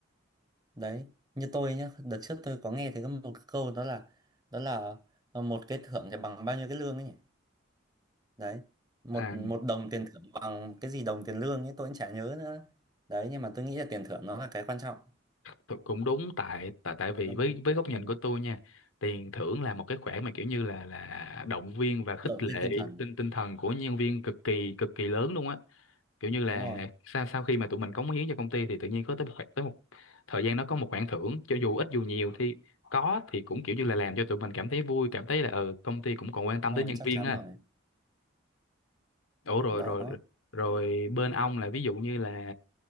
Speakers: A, on the right (about 20°); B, on the left (about 80°).
A: đấy như tôi nhá đợt trước tôi có nghe thấy có một cái câu đó là đó là ờ, một cái thưởng thì bằng bao nhiêu cái lương ấy nhỉ đấy một
B: À.
A: một đồng tiền thưởng bằng cái gì đồng tiền lương ấy tôi cũng chả nhớ nữa đấy nhưng mà tôi nghĩ là tiền thưởng nó là cái quan trọng
B: Cũng cũng đúng tại tại tại vì
A: đúng
B: với
A: rồi
B: với góc nhìn của tôi nha tiền thưởng là một cái khoản mà kiểu như là là động viên và khích
A: động
B: lệ
A: viên tinh thần
B: tinh tinh thần của nhân viên cực kỳ cực kỳ lớn luôn á kiểu như
A: đúng
B: là
A: rồi
B: sau sau khi mà tụi mình cống hiến cho công ty thì tự nhiên có tới một khoản- tới một thời gian nó có một khoản thưởng cho dù ít dù nhiều thì có thì cũng kiểu như là làm cho tụi mình cảm thấy vui cảm thấy là ừ công ty cũng còn quan
A: đúng
B: tâm
A: rồi
B: tới nhân
A: chắc
B: viên
A: chắn
B: á
A: rồi
B: Ủa rồi
A: đó
B: rồi rồi bên ông là ví dụ như là